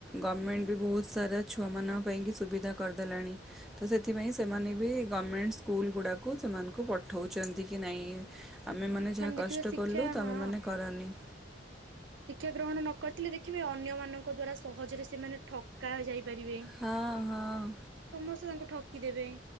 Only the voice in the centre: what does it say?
ଗମେଣ୍ଟ ବି ବହୁତ୍ ସାରା ଛୁଆମାନଙ୍କ ପାଇଁ କି ସୁବିଧା କରିଦେଲାଣି। ତ ସେଥିପାଇଁ ସେମାନେ ବି ଗର୍ମେଣ୍ଟ ସ୍କୁଲ ଗୁଡାକୁ ସେମାନଙ୍କୁ ପ ଠଉଛନ୍ତି କି ନାହିଁ
ଆମେ ମାନେ ଯାହା
କଷ୍ଟ
କଲୁ ତମେ
ମାନେ କରନି।
ହଁ ହଁ।